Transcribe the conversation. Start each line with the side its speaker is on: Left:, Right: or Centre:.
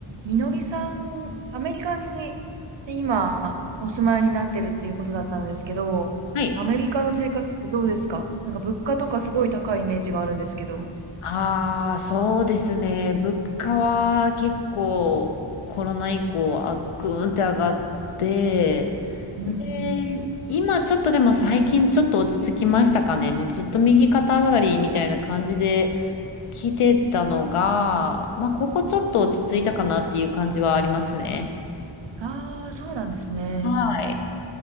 Right: みのりさん、アメリカに今お住まいになってるっていうことだったんですけど、
Left: はい。
Right: アメリカの生活ってどうですかなんか物価とかすごい高いイメージがあるんですけど。
Left: ああ、そうですね。物価は結構コロナ以降、あ、ぐーんって上がって、
Right: うんうん。
Left: で、今ちょっとでも最近ちょっと落ち着きましたかね。もうずっと右肩上がりみたいな感じで来てたのが、まあ、ここちょっと落ち着いたかなっていう感じはありますね。
Right: ああ、そうなんですね。
Left: はい。